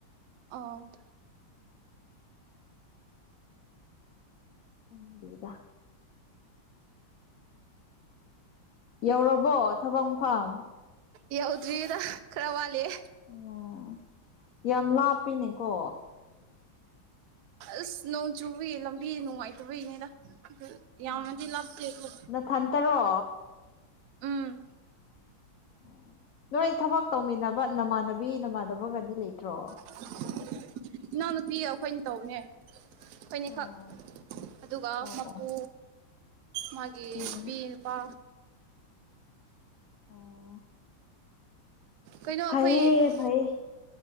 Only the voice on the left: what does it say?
ꯈꯪꯗꯦꯗ ꯌꯧꯔꯕꯣ ꯊꯕꯛ ꯃꯐꯝ
ꯑꯣ ꯌꯥꯝ ꯂꯥꯞꯄꯤꯅꯦꯀꯣ
ꯑꯣ
ꯅꯊꯟꯇꯔꯣ
ꯑꯣ ꯅꯣꯏ ꯊꯕꯛ ꯇꯧꯃꯤꯟꯅꯕ ꯅꯃꯥꯟꯅꯕꯤ ꯅꯃꯥꯟꯅꯕꯒꯗꯤ ꯂꯩꯇ꯭ꯔꯣ꯫
ꯑꯣ
ꯑꯣ
ꯑꯣ
ꯎꯝ
ꯑꯣ꯫
ꯐꯩꯌꯦ
ꯐꯩꯌꯦ